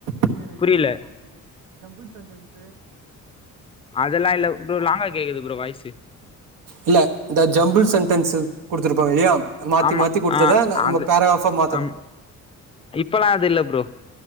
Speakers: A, on the right; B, on the left.
A: எஸ்ஏ ரைட்டிங்கு,
B: புரியல
A: காம்ப்ரிஹென்சி, ஜம்புள் சென்டன்ஸு.
B: அதெல்லா இல்ல ப்ரோ லாங்கா கேக்குது ப்ரோ வாய்சு.
A: இல்ல இந்த ஜம்புள் சென்டென்ஸ் குடுத்துருப்பாங்க இல்லியா? மாத்தி
B: ஆமா
A: மாத்தி குடுத்தத
B: ஆ
A: ந
B: அது
A: பேரகிராஃபா மாத்தறது.
B: அம் இப்பல்லா அது இல்ல ப்ரோ.